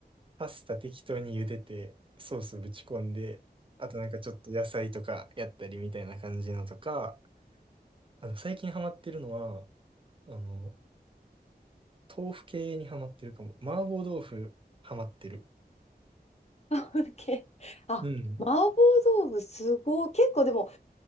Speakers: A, on the right; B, on the left.
A: パスタ適当に茹でて、ソースぶち込んで、あとなんかちょっと野菜とかやったりみたいな感じのとか、あの、最近ハマってるのは、あの、豆腐系にハマってるかも。麻婆豆腐ハマってる。
B: あオッケーあ、
A: うん。
B: 麻婆豆腐すごい。結構でも